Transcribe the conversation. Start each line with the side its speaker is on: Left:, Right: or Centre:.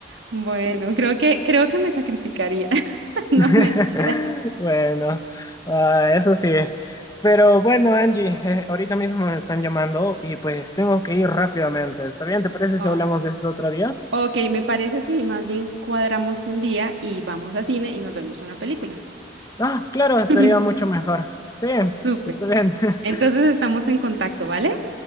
Right: Bueno, creo que creo que me sacrificaría. <laughs> No,
Left: <laughs>
Right: mentira.
Left: Bueno, ah, eso sí. Pero bueno, Angie, <laughs> eh, ahorita mismo me están llamando y pues tengo que ir rápidamente. ¿Está bien? ¿Te
Right: No.
Left: parece
Right: Ah,
Left: si hablamos de esto otro día?
Right: Ok, me parece sí, más bien cuadramos un día y vamos a cine y nos vemos una película.
Left: Ah, claro, estaría
Right: <laughs>
Left: mucho mejor. Sí,
Right: Súper.
Left: está bien. <laughs>
Right: Entonces estamos en contacto, ¿vale?